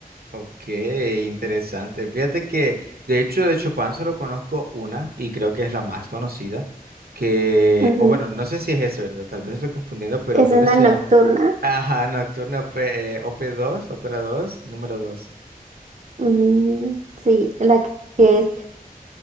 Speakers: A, on the right (about 90°); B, on the right (about 50°).
A: Ok, interesante. Fíjate que, de hecho, de Chopin solo conozco una y creo que es la más conocida, que,
B: Ujú.
A: o bueno, no sé si es esa, ¿verdad? Tal vez estoy confundiendo, pero
B: Es
A: creo
B: una
A: que se
B: nocturna.
A: llama, ajá, Nocturna OP, 2 Ópera dos, número 2.
B: Mm, sí, la que que es.